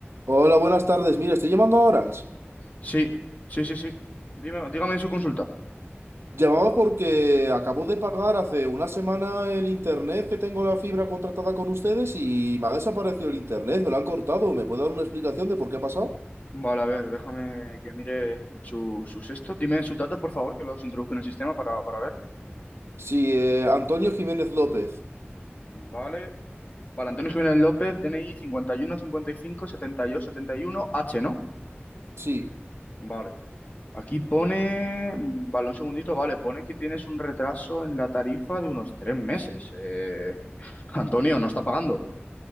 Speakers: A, on the right; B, on the left.
A: Hola, buenas tardes. Mira, estoy llamando a Orange.
B: Sí, sí, sí, sí. Dime- dígame su consulta.
A: Llamaba porque acabo de pagar hace una semana el internet que tengo la fibra contratada con ustedes y me ha desaparecido el internet, me lo han cortado. ¿Me puede dar una explicación de por qué ha pasado?
B: Vale, a ver, déjame que mire su- sus esto. Dime sus datos, por favor, que los introduzco en el sistema para, para ver.
A: Sí, eh, Antonio Jiménez López.
B: Vale. Vale, Antonio Jiménez López, DNI 51 72 71 H, ¿no?
A: Sí,
B: Vale. Aquí pone, mm, vale, un segundito, vale, pone que tienes un retraso en la tarifa de unos tres meses. Eh, Antonio, no está pagando.